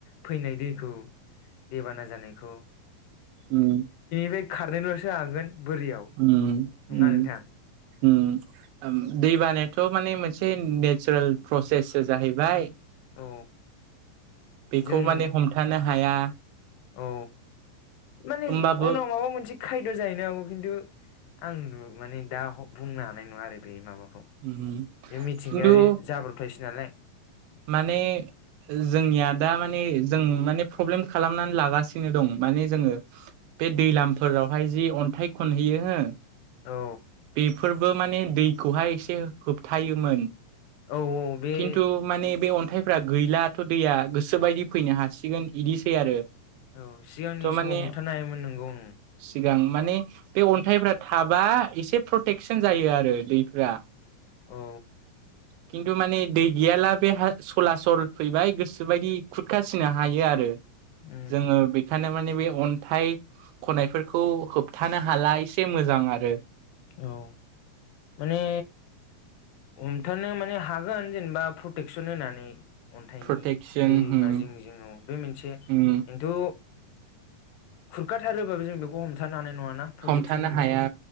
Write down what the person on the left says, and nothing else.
फैनाय दैखौ दैबाना जानायखौ
बे खारनोल'सो हागोन। बोरियाव
नङा
नोंथां
औ।
जों
औ माने
उनाव माबा मोनसे खायद' जाहैनो हागौ खिन्थु आं नु माने दा बुंनो हानाय नङा आरो बे माबाखौ।
बे मिथिंगायारि
जाब्रबथायसै नालाय।
औ
औ औ बे
औ सिगांनि
समाव हमथानो हायोमोन नोंगौं।
औ
उम
औ माने हमथानो माने हागोन जेनेबा प्रटेकसन होनानै। अन्थाइनि
दैमा
जिं जिङाव बे मोनसे
खिन्थु खुरखाथारोबाबो जों बेखौ हमथानो हानाय नङ ना प्रटेकसन
होनबाबो